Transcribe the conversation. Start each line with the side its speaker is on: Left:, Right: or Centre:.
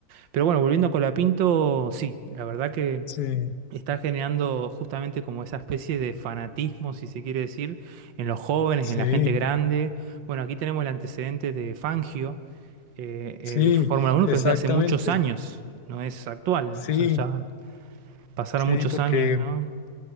Right: Pero bueno, volviendo a Colapinto, sí, la verdad que
Left: sí,
Right: está generando justamente como esa especie de fanatismo, si se quiere decir, en los jóvenes,
Left: sí,
Right: en la gente grande. Bueno, aquí tenemos el antecedente de Fangio, eh, eh,
Left: sí,
Right: de Fórmula 1,
Left: exactamente.
Right: pero es de hace muchos años, no es actual,
Left: Sí,
Right: o sea, ya pasaron
Left: sí,
Right: muchos
Left: porque
Right: años, ¿no?